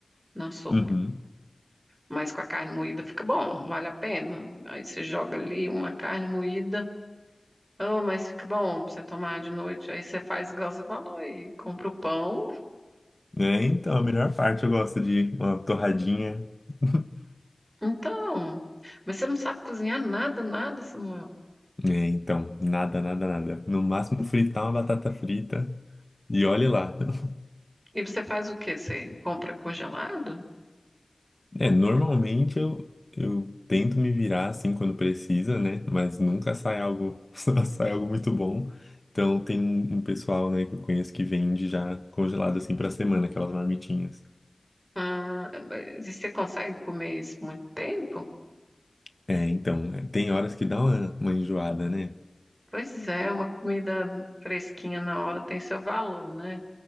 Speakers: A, on the right; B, on the left.
A: na sopa.
B: Uhum.
A: Mas com a carne moída fica bom, vale a pena. Aí você joga ali uma carne moída. Oh, mas fica bom pra você tomar de noite. Aí você faz igual você falou e compra o pão.
B: É, então, a melhor parte eu gosto de uma torradinha. <laughs>
A: Então, mas você não sabe cozinhar nada, nada, Samuel.
B: É, então, nada, nada, nada. No máximo fritar uma batata frita e olhe lá. <laughs>
A: E você faz o quê? Você compra congelado?
B: É, normalmente eu, eu tento me virar assim quando precisa, né? Mas nunca sai algo, <laughs> sai algo muito bom. Então tem um, um pessoal, né, que eu conheço que vende já congelado assim pra semana, aquelas marmitinhas.
A: Ah, mas e você consegue comer isso muito tempo?
B: É, então, é, tem horas que dá uma, uma enjoada, né?
A: Pois é, uma comida fresquinha na hora tem seu valor, né?